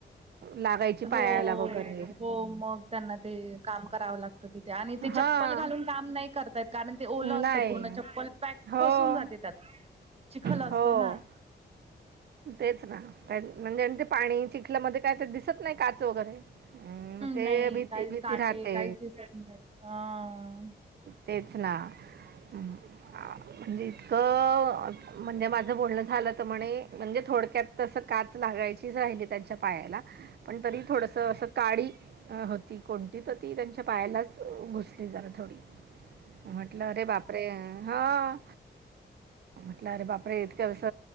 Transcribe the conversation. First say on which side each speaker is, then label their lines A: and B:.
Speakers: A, on the right; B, on the right.
A: लागायची.
B: हो,
A: पायाला वगैरे
B: हो मग. त्यांना ते काम करावं लागतं तिथे. आणि ते चप्पल
A: हां
B: घालून काम नाही करत ता येत. कारण ते ओलं असतं.
A: नाही
B: पूर्ण चप्पल पॅक
A: हो
B: फसून जाते त्यात. चिखल
A: हो,
B: असतो ना.
A: तेच ना. म्हणजे ते पाणी चिखल्यामध्ये काय तर दिसत नाही. काच वगैरे. हम्म, म ते
B: नाही
A: भीती
B: काही
A: भीती
B: काटे
A: राहते.
B: काहीच दिसत नाही हा
A: तेच ना. म्हणजे इतकं म्हणजे माझं बोलणं झालं त. म्हणे म्हणजे थोडक्यात तस काच लागायचीच राहिली त्यांच्या पायाला. पण तरी थोडस असं काडी अ होती कोणती होती. त्यांच्या पायालाच घुसली जरा थोडी. म्हटलं अरे बापरे, हा. म्हटलं अरे बापरे, इतकंस